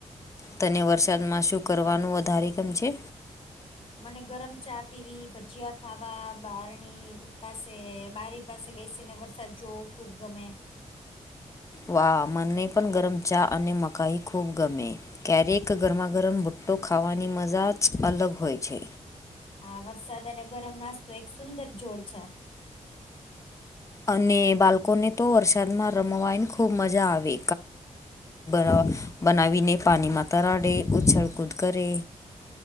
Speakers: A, on the left; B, on the left.
A: તને વરસાદમાં શું કરવાનું વધારે ગમ છે?
B: મને ગરમ ચા પીવી ભજીયા ખાવા બારણી પાસે બારી પાસે બેસીને વરસાદ જોવો ખુબ ગમે.
A: વાહ મને પન ગરમ ચા અને મકાઈ ખૂબ ગમે. ક્યારેક ગરમા ગરમ ભુટ્ટો ખાવાની મજા જ અલગ હોય છે.
B: હા વરસાદ અને ગરમ નાસ્તો એક સુંદર જોડ છે.
A: અને બાલકોને તો વરસાદમાં રમવાએન ખુબ મજા આવે <unintelligible> બનાવીને પાનીમાં તરાડે ઉછળ કૂદ કરે.